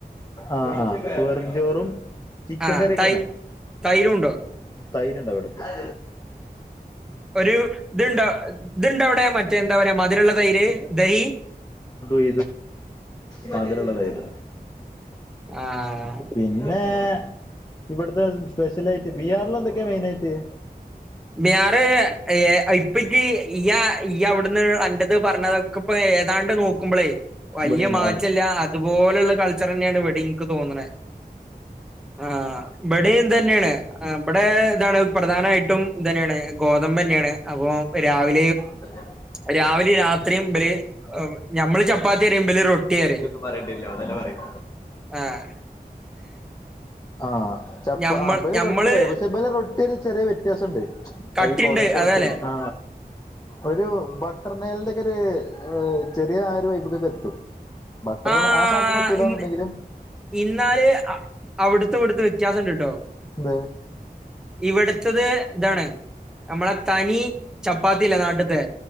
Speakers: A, on the left; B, in the centre.
A: ആഹ് ആ വെറുചോറും ചിക്കൻ
B: ആഹ്
A: കറിയൊക്കെന്നെ.
B: തൈ തൈരുണ്ടോ
A: തൈര്ണ്ടാവ്ടേക്ക്. <inaudible>
B: ഒരു ദ്ണ്ട ദ്ണ്ടവ്ടെ മറ്റേ ന്താ പറയാ മധ് രള്ള തൈര് ദഹീ
A: <inaudible> മധുരള്ള തെെര്.
B: ആഹ്
A: പിന്നെ ഇവട്ത്തെ സ്പെഷ്യലായിട്ട് ബീഹാറിലെന്തൊക്കെയാ മെയിൻ ആയിട്ട്?
B: ബീഹാറ് <inaudible> യ്യാ യ്യ അവട്ന്ന്അന്റെ ഇത് പറഞ്ഞതൊക്കെപ്പോ ഏതാണ്ട് നോക്കുമ്പളേ വല്യ
A: ഇവിടെ
B: മാറ്റല്ലാ
A: അവിടെ
B: അത്പോലെള്ള കൾച്ചറെന്നെയാണ് ഇവടീം ഇൻക്ക് തോന്ന്ണേ, ആഹ് ബഡീം ഇതെന്നേണ് ബടെ ഇതാണ് പ്രധാനായിട്ടും ഇതന്നേണ് ഗോതമ്പെന്നേണ് അപ്പൊ രാവി
A: <inaudible>
B: രാവിലെ രാത്രിയും ബല് ഞമ്മള് ചപ്പാത്തീറിയും ബല് റൊട്ടീറയും.
A: ഇയ്യൊന്നും പറയണ്ടില്ലാ ഓൻ തന്നെ പറയും
B: ആഹ്.
A: ആ ചപ്പ
B: ഞമ്മൾ
A: ആ ബല്
B: ഞമ്മള്
A: റൊട്ടീയാണ് പക്ഷേ ബലെ റൊട്ടിയൊര് ചെറ്യേ വെത്യാസണ്ട്
B: കട്ടിണ്ട്
A: അത്ഈ കോളേജ്ത്തെ
B: അതാല്ലേ
A: റൊട്ടി ആ ഒരു ബട്ടർനേലിന്റൊക്കൊര് ചെറിയ ആഹ് ഒര് വെെബ്ക്കൊക്കെത്തും. ബട്ടറും
B: ആഹ്
A: ആ സാനത്ത്മ്മെത്തൂല്ലാന്ന്ണ്ടെങ്കില
B: ഇന്നാല് അവിടുത്തെ ഇവിടുത്തെ വ്യത്യാസണ്ട്ട്ടോ.
A: ന്തേ?
B: ഇവിടുത്തത് ഇതാണ് അമ്മളെ തനി ചപ്പാത്തില്ലേ നാട്ട്ത്തേ